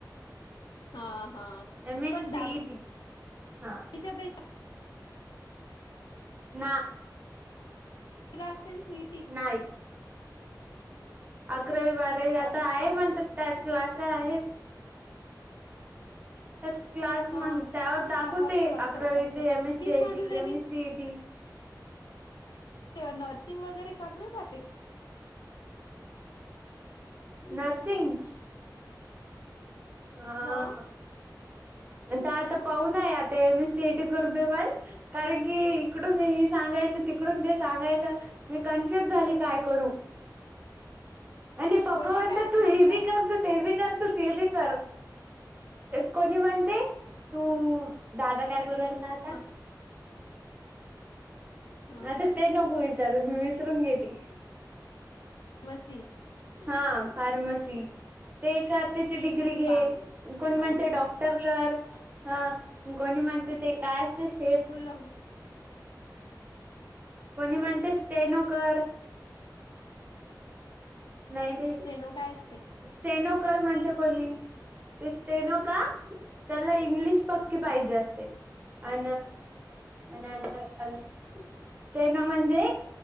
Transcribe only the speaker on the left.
हा. हा
पण
दहावी
च्या बेस व
न शटी
दहावीला
पण
असते
का
हा असेल असेल
असेल
मी
म्हणून राहिली
ते नर्सिंग वगैरे कर ना आपे.
हा
कोणी
काय सांगितलं
सांगितलं
हा हा
हा
नमस्
फार्म
हा हा
बिलकुल
स्टेनो काय असते